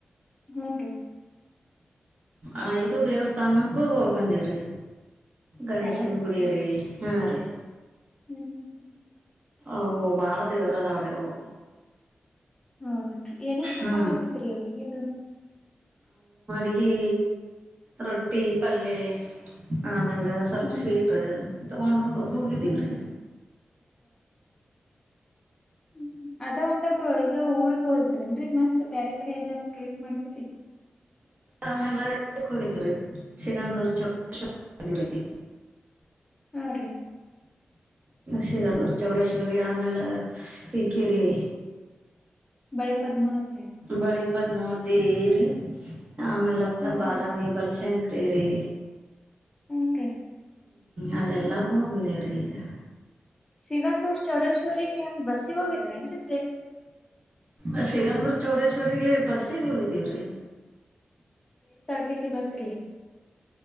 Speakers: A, on the left (about 15°); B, on the right (about 35°).
A: ಹ್ಮ ರೀ
B: ಆ ಇದು ದೇವಸ್ಥಾನಕ್ಕೂ ಹೋಗಿ ಬಂದವ್ರಿ ಗಣೇಶನ್
A: ಹೌದೇನ್ರಿ.
B: ಗುಡಿ ರರಿ ಹಾ ರರಿ
A: ಹ್ಮ್ ಹ್ಮ್ ಹ್ಮ್
B: ಅವು ಭಾಳ ದೇವ್ರ ಅದಾವ್ರೀ ಅವು
A: ಹೌದನ್ರಿ ಏನೇನ್ ಕಡ್ಕೊಂಡ್
B: ಹಾ
A: ಹೋಗತ್ರಿ ಅಲ್ಲಿಗೆ ಅದು
B: ಅಿ ರೊಟ್ಟಿ ಪಲ್ಲೆ ಆಮೇಲೆ ಎಲ್ಲ ಸ್ವಲ್ಪ
A: ಹೂನ್ರಿ.
B: ಸ್ವೀಟ್ ತಗೊಂಡು ಹೋಗಿದ್ದೀವ್ರಿ
A: ಹ್ಮ್ ಹ್ಮ್ ಅದ ಒಂದ ಇದು ಊರ್ಗ್ ಹೋದ್ರನ್ರರಿ ಮತ್ ಬೇರೆ ಕಡೆ ಎಲ್ಲ ಕ್ರಕ್ ಮಾಡಿದ್ರಿ
B: ಮ ಆೆಲ್ಲಕ್ ಹೋಗಿದ್ದೀವ್ರಿ ಸಿಗಂದ್ರ ಚವ್ರಿ
A: ಹಾ ರೀ
B: ಸಿಗಂದೂರು ಚೌಡೇಶ್ವರಿ ಆಮೇಲೆ ಈಕಿರಿ
A: ಬಳೆ ಪದ್ಮಾತ
B: ಬಳಿ ಪದ್ಮಾವತಿ ಇರಿೀ ಆಮೇಲೆ
A: ಹ್ಮ್
B: ಬಾದಾಮಿ ಬಲ್ಶಂಕರಿ ಇರಿೀ
A: ಹಟ
B: ಅಲ್ಲಿೇ ಲಾಭ ಹ ಬೆ ರಯಾ
A: ಸಿಗಂದೂರ್ ಚೌಡೇಶ್ವರಿರಿಗೆ ಏಂಗ ಬಸ್ಸಿ ಹೋಗಿದ್ರನ್ರಿ
B: ಅ ಸಿಗಧರ್ ಚೌಡೇಶ್ವರಿಗೆ ಬಸ್ಸಿಗೆ ಹೋಗಿದ್ದೀವ್ರಿ
A: ತ್ತ ಸಿ ಬಸ ರ